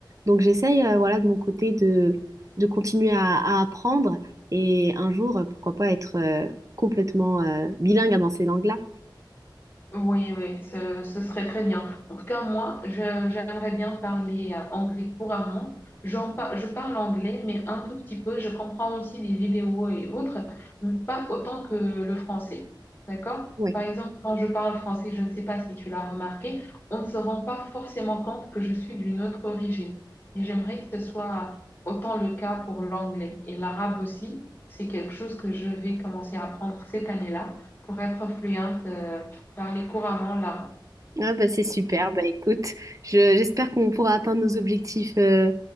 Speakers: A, on the right; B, on the left.
A: Donc j'essaye, euh, voilà, de mon côté de de continuer à, à apprendre. Et un jour, euh, pourquoi pas être euh, complètement euh, bilingue dans ces langues-là.
B: Oui, oui, ce, ce serait très bien. En tout cas, moi, je- j'aimerais bien parler euh, anglais couramment. J'en par- je parle anglais, mais un tout petit peu. Je comprends aussi des vidéos et autres, mais pas autant que le français. D'accord?
A: Ouais.
B: Par exemple, quand je parle français, je ne sais pas si tu l'as remarqué, on ne se rend pas forcément compte que je suis d'une autre origine. Et j'aimerais que ce soit autant le cas pour l'anglais. Et l'arabe aussi, c'est quelque chose que je vais commencer à apprendre cette année-là pour être fluente. euh, parler couramment l'arabe.
A: Ah bah c'est super. Bah écoute, je- j'espère qu'on pourra atteindre nos objectifs euh,